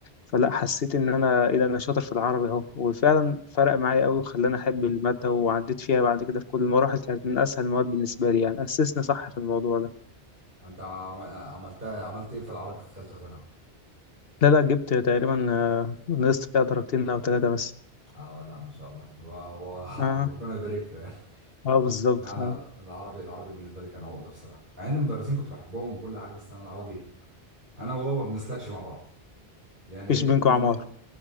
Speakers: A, on the left (about 65°); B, on the right (about 55°).
A: فلا حسيت إن أنا إيه ده أنا شاطر في العربي أهو وفعلا فرق معايا قوي وخلاني أحب المادة وعديت فيها بعد كده في كل المراحل كانت من أسهل المواد بالنسبة لي يعني أسسني صح في الموضوع ده
B: انت عم- عملت عملت ايه في العربي في ثالثه ثانوي
A: لا لا جبت تقريبا آه، نقصت فيها درجتين أو ثلاثة بس
B: اه لا ما شاء الله هو هو <laughs> حق،
A: آه.
B: ربنا يبارك له يعني
A: اه بالظبط
B: لا انا
A: اه
B: العربي العربي بالنسبه لي كان عقده بصراحه مع ان المدرسين كنت بحبهم وكل حاجه بس انا العربي انا وهو ما بنسلكش مع بعض يعني
A: مفيش بينكم
B: ن-
A: عمار
B: ن-